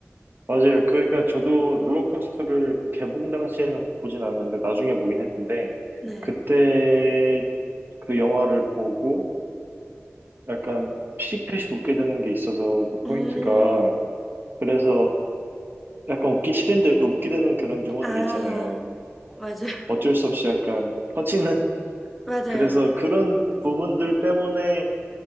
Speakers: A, on the right; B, in the centre.
A: 맞아요. 그러니까 저도 롤러코스터를 그 개봉 당시에는 보진 않았는데, 나중에 보긴 했는데,
B: 네.
A: 그때 그 영화를 보고 약간 피식피식 웃게 되는 게 있어서 그 포인트가
B: 음,
A: 그래서 약간 웃기 싫은데 웃게 되는 그런 유머들
B: 아,
A: 있잖아요.
B: 맞아요. <laughs>
A: 어쩔 수 없이 약간 터지는 <laughs>
B: 맞아요.
A: 그래서 그런 부분들 때문에